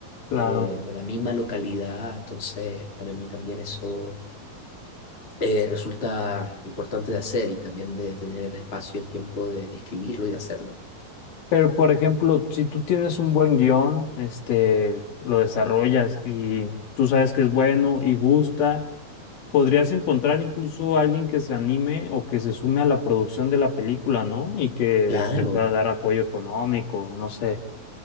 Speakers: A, on the left (about 85°); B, on the left (about 20°).
A: claro.
B: eh, de la misma localidad, entonces para mí también eso eh, resulta importante de hacer y también de, tener el espacio y el tiempo de, de escribirlo y de hacerlo.
A: Pero, por ejemplo, si tú tienes un buen guión, este, lo desarrollas y tú sabes que es bueno y gusta, podrías encontrar incluso a alguien que se anime o que se sume a la producción de la película, ¿no? Y que
B: Claro.
A: te pueda dar apoyo económico, no sé.